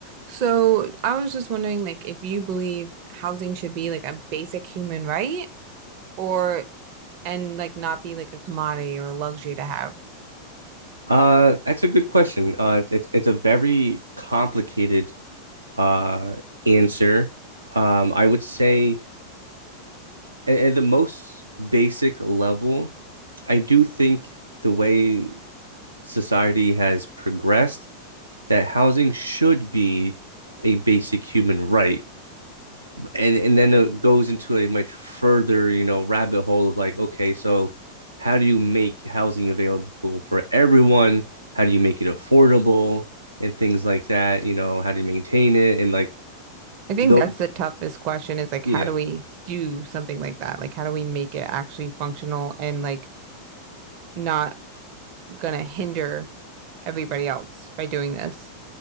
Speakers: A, on the right (about 45°); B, on the right (about 80°).
A: So I was just wondering, like, if you believe housing should be like a basic human right or and like not be like a commodity or a luxury to have.
B: Uh, that's a good question. Uh, it's it's, it's a very complicated uh answer. Um, I would say at, at the most basic level, I do think the way society has progressed, that housing should be a basic human right. and and then it goes into a much further you know rabbit hole of like okay so how do you make housing available for everyone how do you make it affordable and things like that you know how do you maintain it and like
A: I think
B: though
A: that's the toughest question is like,
B: yeah
A: how do we do something like that? Like, how do we make it actually functional and like not gonna hinder everybody else by doing this?